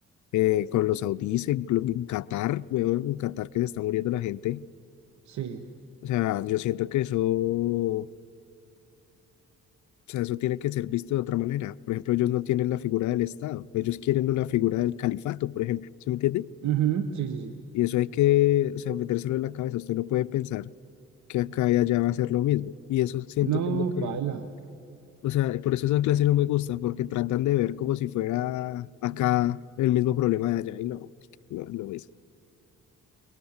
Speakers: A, on the left; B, on the right.
A: eh, con los saudíes, en, Glo- en Qatar, weón, en Qatar que se está muriendo la gente.
B: Sí.
A: O sea, yo siento que eso, o sea, eso tiene que ser visto de otra manera. Por ejemplo, ellos no tienen la figura del Estado, ellos quieren una figura del califato, por ejemplo, ¿se me entiende?
B: Ujú, sí, sí, sí.
A: Y eso hay que, o sea, metérselo en la cabeza. Usted no puede pensar que acá y allá va a ser lo mismo. Y eso siento
B: No,
A: que es lo que,
B: baila.
A: o sea, por eso esa clase no me gusta, porque tratan de ver como si fuera acá el mismo problema de allá. Y no, no es lo mismo. <laughs>